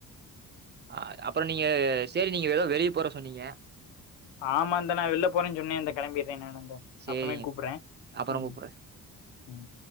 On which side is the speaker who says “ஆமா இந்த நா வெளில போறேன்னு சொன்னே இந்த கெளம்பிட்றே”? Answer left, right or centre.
Left